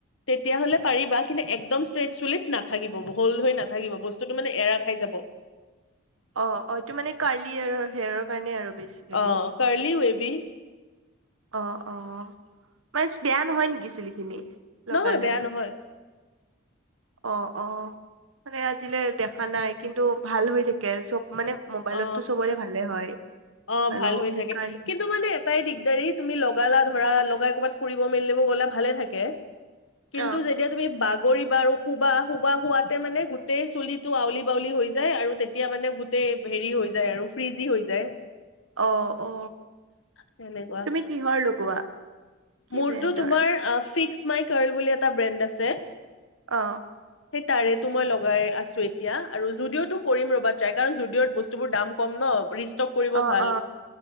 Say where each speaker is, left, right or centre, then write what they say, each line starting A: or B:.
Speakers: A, on the left; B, on the right.
A: তেতিয়া হ'লে পাৰিবা, কিন্তু একদম ষ্ট্ৰেইট চুলিত নাথাকিব হ'ল্ড হৈ নাথাকিব বস্তুটো মানে এৰা খাই যাব।
B: অ'-অ' এইটো মানে কাৰ্লি হেয়াৰৰ কাৰণে আৰু। বেচিকেলি
A: অ' কাৰ্লি ৱেভি।
B: অ'-অ' <unintelligible> বেয়া নহয় নেকি চুলিখিনি।
A: নহয়
B: লগালে
A: বেয়া নহয়।
B: অ'- অ', মানে আজিলে দেখা নাই কিন্তু ভাল হৈ থাকে চব মানে মোবাইলতটো
A: অ
B: চবৰে ভালে হয়
A: অ
B: আৰু
A: ভাল হৈ
B: সেইকাৰণে।
A: থাকে কিন্তু মানে এটাই দিগদাৰী তুমি লগালা ধৰা লগাই ক'ৰবাত ফুৰিব মেলিব গ'লে ভালে থাকে কিন্তু
B: অ',
A: যেতিয়া তুমি বা -গৰিবা আৰু শুবা- শুবা শোৱাতে মানে গোটেই চুলিটো আউলি বাউলি হৈ যায় আৰু তেতিয়া মানে গোটেই হেৰি হৈ যায় আৰু ফ্ৰিজি হৈ -য়
B: অ অ
A: সেনেকুৱা
B: তুমি কিহৰ লগোৱা কি
A: মোৰতো
B: ব্ৰেণ্ডৰ
A: তোমাৰ ফিক্স মাই কাৰ্ল বুলি এটা ব্ৰেণ্ড আছে
B: অ
A: সেই তাৰেটো মই লগাই আছো এতিয়া আৰু যুদিঅটো কৰিম ৰ'বা ট্ৰাই কাৰণ যুদিঅত বস্তু বোৰ দাম কম ন কৰিব
B: অ
A: ভাল
B: অ